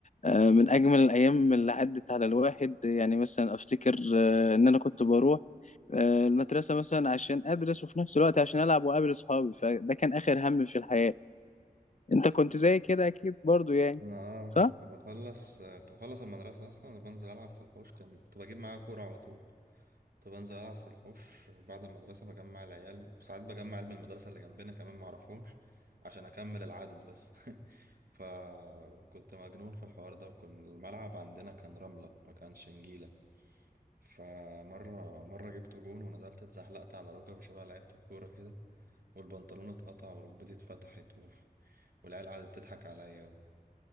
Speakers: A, on the left; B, on the right.
A: آه، من اجمل الايام اللي عدت على الواحد يعني مثلا افتكر آه، ان انا كنت بروح آه، المدرسه مثلا عشان ادرس وفي نفس الوقت عشان العب واقابل اصحابي فده كان اخر هم في الحياه انت كنت زي كده اكيد برضو يعني
B: انا اه
A: صح
B: كنت بخلص كنت بخلص المدرسه اصلا وبنزل العب في الحوش كان كنت بجيب معايا كوره على طول كنت بنزل ألعب في الحوش بعد المدرسة بجمع العيال وساعات بجمع عيال من المدرسة اللي جنبنا كمان معرفهمش عشان أكمل العدد بس <laughs> فكنت مجنون في الحوار ده وكان الملعب عندنا كان رملة ما كانش نجيلة فمرة مرة جبت جون ونزلت اتزحلقت على ركبي شبه لعيبة الكورة كده والبنطلون اتقطع وركبتي اتفتحت و... <laughs> والعيال قعدت تضحك عليا و...